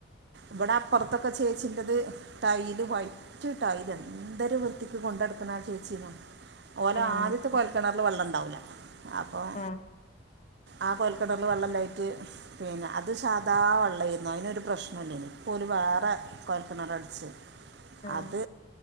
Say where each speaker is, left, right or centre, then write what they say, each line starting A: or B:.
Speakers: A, on the right; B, on the left.
A: ഇവടെ അപ്പൊർത്തൊക്കെ ചേച്ചിന്റെത് ടൈല് വൈ റ്റ് ടൈല് എന്തര് വൃത്തിക്ക് കൊണ്ടടുക്ക്ണാ ചേച്ചി ന്നൊ ഓലാദ്യത്തെ
B: ആഹ്
A: കൊയൽകെണ ള് വള്ളണ്ടാവൂല. അപ്പം
B: ആഹ്
A: ആ കൊയൽകെണർല് വെള്ളല്ലായിട്ട് പിന്നെ അത് സാദാ വെള്ളേര്ന്നു. അയ്‌നൊരു പ്രശ്നൂല്ലേനി. ഇപ്പോല് വേറെ കൊഴൽകിണറട്ച്
B: ആഹ്
A: അത്